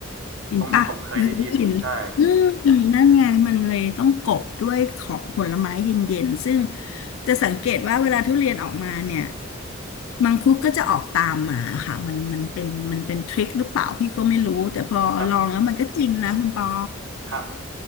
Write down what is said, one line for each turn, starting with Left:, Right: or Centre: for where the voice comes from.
Left: เห็นปะเคยได้ยินอืม
Right: ตรงนี้ผมเคยได้ยินใช่
Left: นั่นไง มันเลยต้องกบด้วยของผลไม้เย็นๆ ซึ่งจะสังเกตว่าเวลาทุเรียนออกมาเนี่ย มังคุดก็จะออกตามมาค่ะ มันมันเป็นมันเป็นทริคหรือเปล่าพี่ก็ไม่รู้แต่พอลองแล้วมันก็จริงนะคุณปอ
Right: ครับครับ